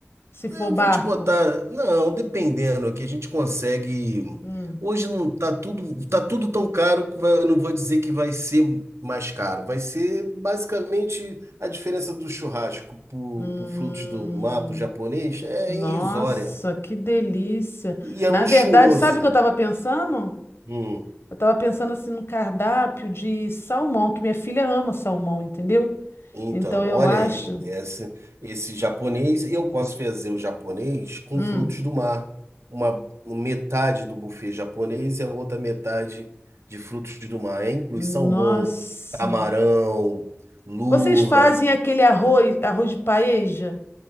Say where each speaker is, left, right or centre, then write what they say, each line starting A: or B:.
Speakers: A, on the left (about 60°); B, on the right (about 75°).
A: Se
B: Ah,
A: for
B: Eu
A: barco.
B: vou te botar. Não, dependendo, é que a gente consegue.
A: Hum.
B: Hoje não tá tudo, tá tudo tão caro que vai- eu não vou dizer que vai ser mais caro. Vai ser basicamente a diferença do churrasco pro,
A: Hum.
B: pro frutos do mar, pro japonês, é
A: Nossa,
B: irrisória.
A: que delícia.
B: E
A: Na
B: é luxuoso.
A: verdade, sabe o que eu estava pensando?
B: Hum,
A: Eu tava pensando assim no cardápio de salmão, que minha filha ama salmão, entendeu?
B: Então,
A: Então eu
B: olha
A: acho.
B: aí, esse, esse japonês, eu posso fazer o japonês com
A: Hum,
B: frutos do mar. Uma um, metade do buffet japonês e a outra metade de frutos do mar. É, inclui
A: nossa.
B: salmão, camarão, lula,
A: Vocês fazem aquele arroz, arroz de paeja?